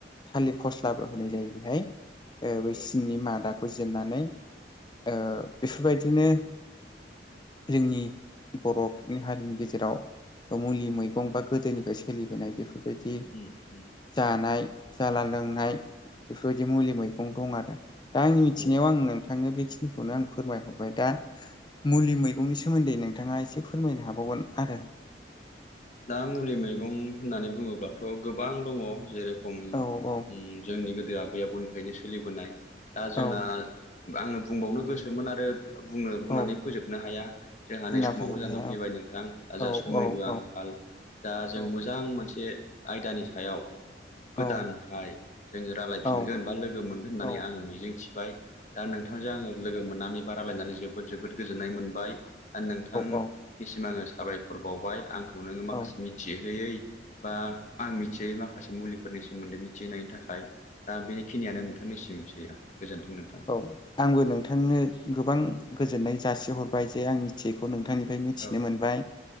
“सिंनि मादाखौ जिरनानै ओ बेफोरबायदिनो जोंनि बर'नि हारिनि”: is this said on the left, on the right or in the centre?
Left